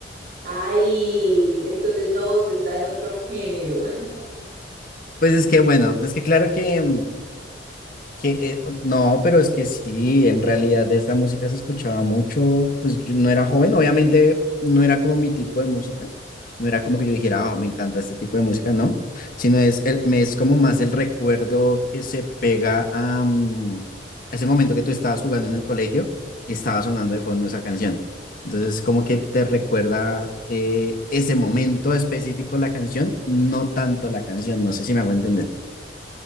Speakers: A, on the right; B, on the left.
A: Ay, entonces no, usted está en otro género. <laughs>
B: Pues es que bueno, es que claro que, mm, que eh, no, pero es que sí, en realidad esa música se escuchaba mucho, pues yo no era joven, obviamente no era como mi tipo de música, no era como que yo dijera, ah, me encanta este tipo de música, no, sino es, el, me- es como más el recuerdo que se pega a, mm, a ese momento que tú estabas jugando en el colegio y estaba sonando de fondo esa canción. Entonces como que te recuerda eh, ese momento específico la canción, no tanto la canción, no sé si me hago entender.